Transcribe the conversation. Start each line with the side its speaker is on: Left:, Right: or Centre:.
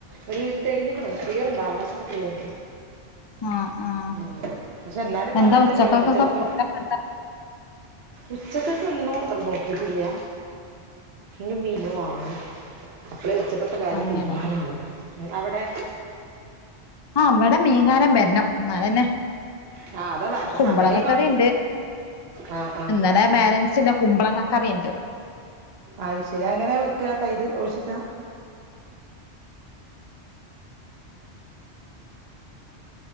Right: ഒരു തെളിഞ്ഞ്ക്ക്ന്ന് ക്ലിയർണ്ടോ ആകാശൊക്കെ ക്ലിയറുണ്ട്
Left: ആഹ് ആഹ്
Right: ഉം പക്ഷെ ന്നാലും പറയാൻ
Left: എന്താ ഉച്ചക്കക്കൊക്കെ
Right: പറ്റൂലാട്ടൊ ചെല്പ്പ്പം
Left: ഫുഡൊക്കെന്താ
Right: ഉച്ചക്കെക്ക്ക്കൊന്നും ർ നോക്കീട്ടില്ലാ ഇഞ്ഞ് മീന് വാങ്ങും അപ്പളെ ഉച്ചക്കത്തെ കാര്യം
Left: അങ്ങനെ
Right: തീരുമാനാവു അവടെ
Left: ആഹ് വടെ മീൻകാരൻ വെർണം ന്നാലെന്നേ
Right: ആ അതാ വരണ
Left: കുമ്പളങ്ങക്കറിണ്ട്
Right: സമയമായി തുടങ്ങി ആ ആ
Left: ഇന്നലെ ബാലൻസ്ള്ള കുംമ്പളങ്ങ കറിണ്ട്
Right: അയ്ശെരി എങ്ങനെ വെക്കാ തൈര് ഒഴിച്ചിട്ടാ